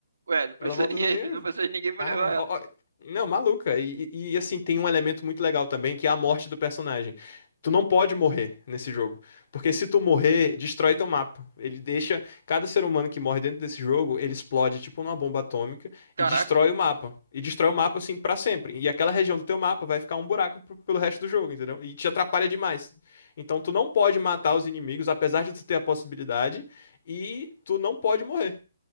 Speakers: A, on the right; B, on the left.
A: Ué, não precisa
B: Ela volta
A: <laughs> ninguém,
B: sozinha.
A: não precisa de ninguém pra
B: Cara,
A: levar ela.
B: ó- ó- não, maluca. E, e- e, assim, tem um elemento muito legal também, que é a morte do personagem. Tu não pode morrer nesse jogo, porque se tu morrer, destrói teu mapa. Ele deixa cada ser humano que morre dentro desse jogo, ele explode tipo numa bomba atômica
A: Caraca.
B: e destrói o mapa. E destrói o mapa assim pra sempre. E aquela região do teu mapa vai ficar um buraco pro- pelo resto do jogo, entendeu? E te atrapalha demais. Então tu não pode matar os inimigos, apesar de tu ter a possibilidade, e tu não pode morrer,